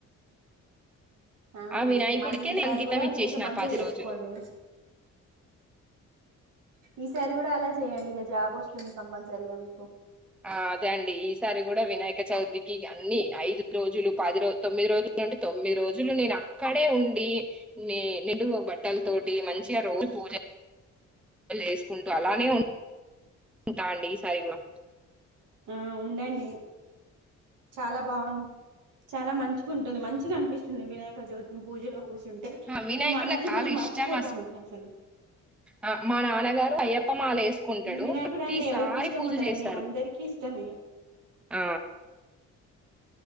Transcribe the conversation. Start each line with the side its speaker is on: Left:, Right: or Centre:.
Right: అవునా
Centre: ఆ వినాయకుడికే
Right: మళ్ళీ ఈసారి
Centre: అంకితం
Right: కూడా
Centre: ఇచ్చేసినా
Right: పూజ మంచిగా
Centre: ఆ పది
Right: చేసుకోండి
Centre: రోజులు
Right: మీ- ఈసారి కూడా అలా చేయండి. ఇక జాబ్ వస్తుంది. కంపల్సరిగా మీకు.
Centre: ఆ అదే అండి ఈసారి కూడా వినాయక చవితికి అన్ని ఐదు రోజులు పది రోజు తొమ్మిది రోజులు నుండి తొమ్మిది రోజులు నేను అక్కడే ఉండి నే నిండుగు బట్టల తోటి మంచిగా రోజు పూజ ఏసుకుంటూ అలానే ఉ ఉంటా అండి ఈసారి కూడా
Right: ఆ ఉండండి చాలా బాగు చాలా మంచిగా ఉంటుంది మంచిగా అనిపిస్తుంది వినాయక చవితిని పూజలో కూర్చ ే
Centre: ఆ వినాయకుడు
Right: ఇ మనల్ని
Centre: నాకు చాలా
Right: మనం మర్చిపోతామండి
Centre: ఇష్టం
Right: అసలు
Centre: ఆ మా నాన్నగారు అయ్యప్ప మాల వేసుకుంటాడు
Right: వినాయకుడు
Centre: ప్రతిసారి
Right: అంటే ఎవరికి ఇష్టం
Centre: పూజ
Right: ఉండదండి
Centre: చేస్తారు
Right: అందరికి ని
Centre: ఆ